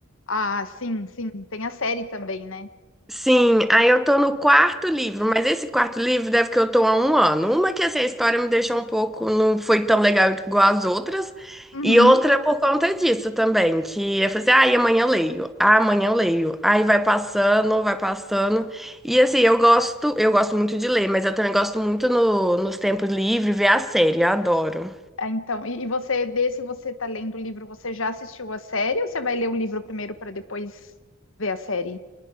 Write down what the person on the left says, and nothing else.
Ah, sim, sim. Tem a série também, né?
Uhum.
Ah, então, e, e você, desse você tá lendo o livro, você já assistiu a série ou você vai ler o livro primeiro para depois ver a série?